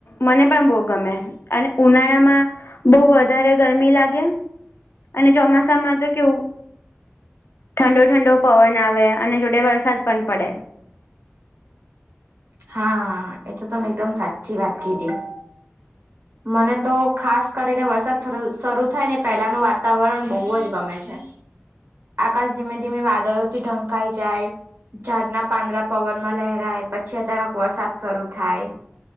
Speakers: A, on the left (about 60°); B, on the right (about 60°).
A: મને પણ બહુ ગમે અને ઉનાળામાં બહુ વધારે ગરમી લાગે અને ચોમાસામાં તો કેવું ઠંડો ઠંડો પવન આવે અને જોડે વરસાદ પણ પડે.
B: હા એ તો તમેં એકદમ સાચી વાત કીધી.
A: <inaudible>
B: મને તો ખાસ કરીને વરસાદ થરુ શરૂ થાય ને પહેલાનું વાતાવરણ બહુ જ ગમે છે.
A: <inaudible>
B: આકાશ ધીમે ધીમે વાદળોથી ઢંકાાય જાય. ઝાર ના પાંદરા પવન માં લહેરાય પછી. છે અચાનક વરસાદ શરૂ થાય